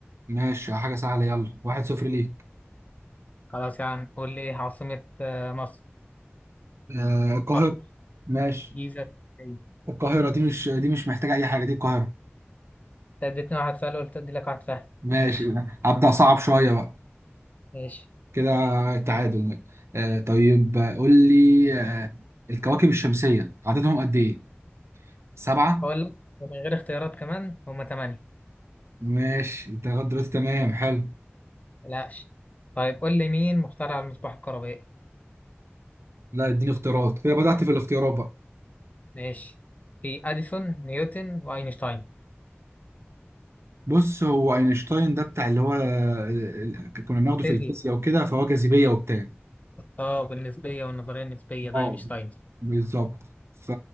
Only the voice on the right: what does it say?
ماشي حاجة سهلة يلا واحد صفر ليك
آه القاهرة
ماشي
القاهرة دي مش دي مش محتاجة أي حاجة دي القاهرة
ماشي
أبدأ صعب شوية بقى
كده تعادل آه طيب آه، قول لي آه الكواكب الشمسية عددهم قد إيه؟ سبعة؟
ماشي أنت لغاية دلوقتي تمام حلو
لا اديني اختيارات كده بدأت في الاختيارات بقى
بص هو اينشتاين ده بتاع اللي هو آه، ال- كنا بناخده
في الفيزياء وكده فهو جاذبية وبتاع
اه
بالظبط ف